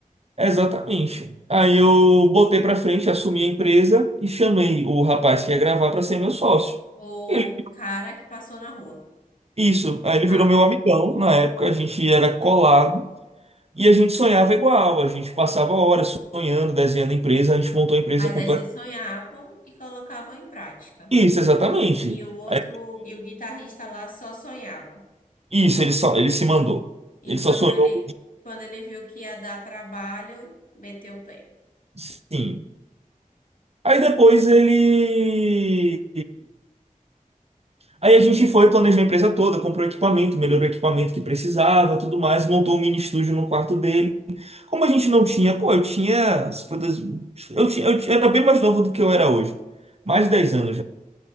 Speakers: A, on the right (about 45°); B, on the left (about 70°).
A: Exatamente. Aí eu botei pra frente, assumi a empresa e chamei o rapaz que ia gravar pra ser meu sócio.
B: O
A: Ele-
B: cara que passou na rua.
A: isso. Aí ele
B: Ah,
A: virou meu amigão. Na época a gente era colado e a gente sonhava igual. A gente passava horas sonhando, desenhando a empresa. A gente montou a empresa
B: mas
A: completa.
B: aí vocês sonhavam e colocavam em prática.
A: Isso, exatamente.
B: E o outro,
A: Aí,
B: e o guitarrista lá só sonhava.
A: isso, ele só, ele se mandou.
B: Enquanto
A: Ele só sonhou.
B: ele, quando ele viu que ia dar trabalho, meteu o pé.
A: Sim. Aí depois ele Aí a gente foi, planejou a empresa toda, comprou equipamento, melhorou o equipamento que precisava, tudo mais, montou um mini estúdio no quarto dele. Como a gente não tinha, pô, eu tinha, se for das- eu tinha, eu tinha- era bem mais novo do que eu era hoje, mais
B: Tá.
A: de 10 anos já.